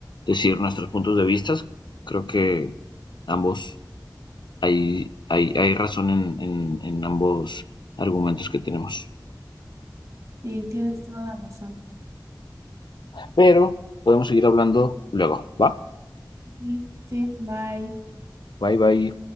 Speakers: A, on the left; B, on the right.
A: decir nuestros puntos de vista. Creo que ambos hay, hay, hay razón en, en, en ambos argumentos que tenemos.
B: sí, tienes toda la razón.
A: Pero podemos seguir hablando luego, ¿va?
B: Sí, sí, bye.
A: Bye bye.